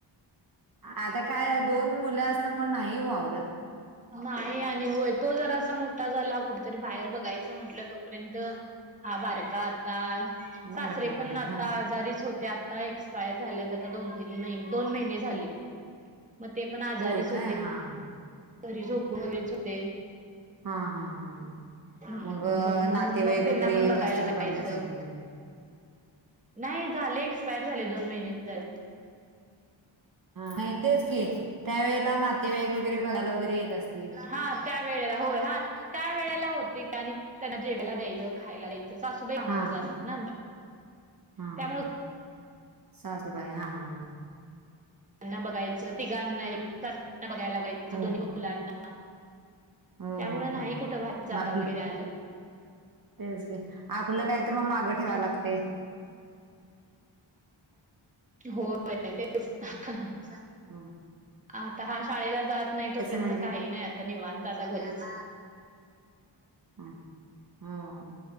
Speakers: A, on the right; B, on the right.
A: आता काय दोन मुलं असल्यामूळ नाही ओ आवरत.
B: नाही आणि होय तो जरा असा मोठा झाला कुठेतरी बाहेर बघायचं म्हटलं तोपर्यंत. हा बारका आता
A: बारका
B: सासरे
A: झाला
B: पण आता
A: हा
B: आजारीच होते आता एक्सपायर. एक्स्पायर झाल्यात आता दोन तीन महिने दोन महिने झाले म तेपण आजारीच
A: होय काय
B: होते.
A: हा हा,
B: घरी झोपूनच वैगरे होते.
A: हा हा हा हा,
B: हम्म
A: मग
B: म्हणून
A: नातेवाईक
B: मग त्यांना
A: वगैरे
B: पण
A: येत
B: बघायला
A: असतील
B: लागायचं.
A: बघण्यासाठी म्हणून.
B: नाही झाले एक्सपायर झाले दोन महिने झालं.
A: ह नाही तेच की त्यावेेळेला नातेवाईक वगैरे बघायला वगैरे येत असतील.
B: हा त्या वेळेला होय हा त्या वेळेला होते आणि त्यांना जेवायला द्यायचं खायला द्यायच. सासूबाई कामावर
A: हा
B: जातात ना आमच्या.
A: हा
B: त्यामुळे
A: सासूबाई हा हा हा,
B: यांना बघायचं तिघांनाना सासऱ्यांना बघाय लागायचं
A: हो
B: दोन्ही मुलांना.
A: हो
B: त्यामूळ
A: हो
B: नाही
A: हो
B: कुठं बाहेर जाता
A: मग आपलं
B: वगैरे आलं.
A: तेच की आपलं काय तर मग मागं ठेवाव लागते.
B: होय तेच ना.
A: हम.
B: आता हा शाळेला जात नाही तोपर्यंत
A: म्हणजे
B: काही नाही आता निवांत आता घरीच.
A: हम हो.